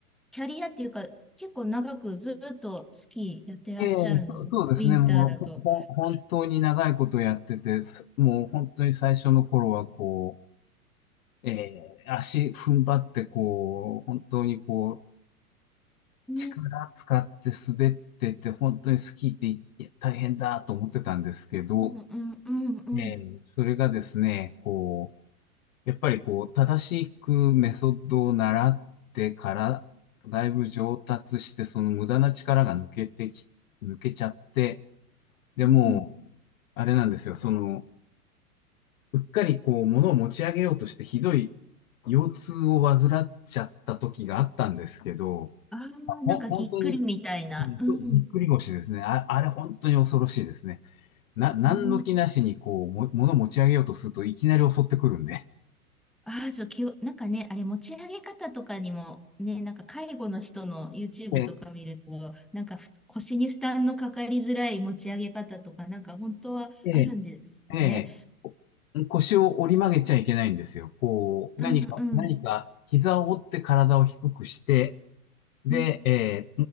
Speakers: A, in the centre; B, on the left.
A: キャリアっていうか、結構長くずっとスキーやってらっしゃるんですね。
B: えーそうそうですね、
A: ウィンターだと。
B: もうほほ本当に長いことやってて、すもう本当に最初の頃はこう、えー足踏ん張ってこう、本当にこ
A: ね。
B: 力使って滑ってて、本当にスキーっていや大変だと思ってたんですけど、
A: うんうんうんうん。
B: えーそれがですね、こう、やっぱりこう、正しくメソッドを習ってから、だいぶ上達して、その無駄な力が抜けてき、抜けちゃって、でもう、
A: うん。
B: あれなんですよ、その、うっかりこう、物を持ち上げようとして、ひどい腰痛を患っちゃった時があったんですけど、
A: ああ、
B: ほ、
A: なんかぎっくりみたいな。
B: 本当にうんとぎっくり腰ですね。
A: うん。
B: あ、あれ本当に恐ろしいですね。な、何の気なしにこう、
A: うん。
B: も、物持ち上げようとするといきなり襲ってくるんで。
A: ああ、ちょ、気を、なんかね、あれ、持ち上げ方とかにも、ね、なんか介護の人の YouTube
B: ええ、
A: とか見ると、なんかふ腰に負担のかかりづらい持ち上げ方とか、なんか本当はあるんですってね。
B: ええ、ええ腰を折り曲げちゃいけないんですよ。こう、
A: うんうん。
B: 何か、何か、膝を折って体を低くして、で、
A: うん
B: え